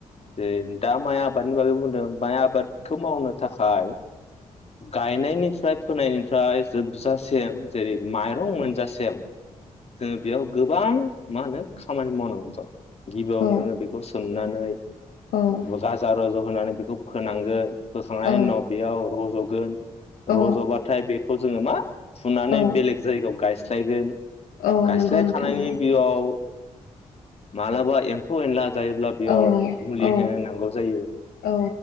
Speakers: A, on the left; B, on the left.
A: जे दा माइ माया <unintelligible> माइ आबाद। मावनो थाखाय गायनायनि। ओमफ्राय फोनायनिफ्राय। जोबजासिम जेरै माइरं मोनजासेयाव जोङो बेयाव गो <unintelligible> मा होनो खामानि मावनांगौ दं गिबियाव
B: औ
A: नोङो बेखौ सोम नानै।
B: औ औ
A: गाजा रज' होनानै बेखौ। फोनांगोन। फोखांनायनि
B: औ
A: उनाव बियाव रज'। गोन।
B: औ
A: र'ज'बा थाय बे खौ जोङो मा। फुनानै
B: औ
A: बेलेग जायगायाव गायस। स्लायगोन।
B: औ
A: गायस्लायखानायनि
B: नंगौ नोंथां औ
A: बिआव मालाबा एम्फौ एनला जायोब्ला बेयाव
B: औ
A: मुलि
B: औ
A: होनो नांगौ जायो
B: औ